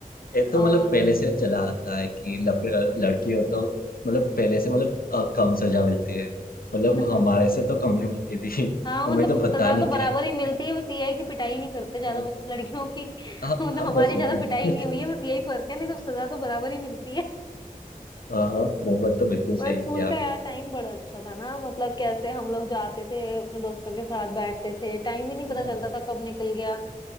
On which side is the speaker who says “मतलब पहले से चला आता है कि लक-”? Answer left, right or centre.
Left